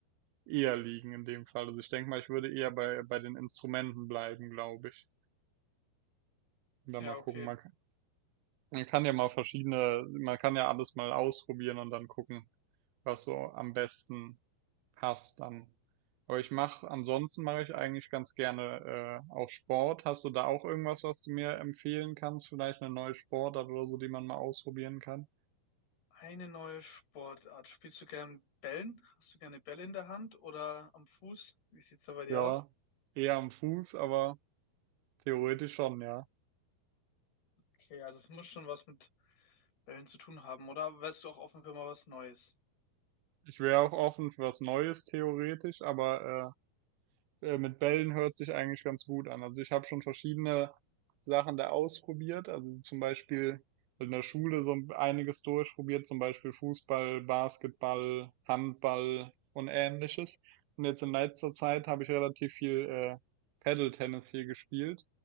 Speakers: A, on the right (about 80°); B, on the left (about 75°).
A: äh, eher liegen in dem Fall. Also ich denke mal, ich würde eher bei, bei den Instrumenten bleiben, glaube ich. Und dann
B: Ja,
A: mal gucken.
B: okay.
A: Man kann, man kann ja mal verschiedene, man kann ja alles mal ausprobieren und dann gucken, was so am besten passt dann. Aber ich mache, ansonsten mache ich eigentlich ganz gerne äh, auch Sport. Hast du da auch irgendwas, was du mir empfehlen kannst? Vielleicht eine neue Sportart oder so, die man mal ausprobieren kann?
B: Eine neue Sportart. Spielst du gern Bällen? Hast du gerne Bälle in der Hand oder am Fuß? Wie sieht's da bei dir
A: Ja,
B: aus?
A: eher am Fuß, aber theoretisch schon, ja.
B: Okay, also es muss schon was mit Bällen zu tun haben, oder? Wärst du auch offen für mal was Neues?
A: Ich wäre auch offen für was Neues, theoretisch, aber äh, Äh, mit Bällen hört sich eigentlich ganz gut an. Also ich habe schon verschiedene Sachen da ausprobiert. Also zum Beispiel in der Schule so einiges durchprobiert, zum Beispiel Fußball, Basketball, Handball und ähnliches. Und jetzt in letzter Zeit habe ich relativ viel äh, Paddle-Tennis hier gespielt.